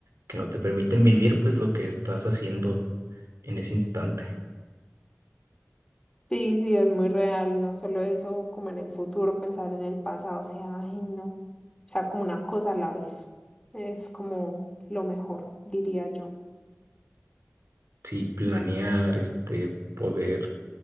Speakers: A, on the right; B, on the left.
A: que no te permiten vivir pues lo que estás haciendo en ese instante.
B: Sí, sí, es muy real, no solo eso, como en el futuro, pensar en el pasado, o sea, ay, no, o sea, como una cosa a la vez, es como lo mejor, diría yo.
A: Sí, planear, este, poder,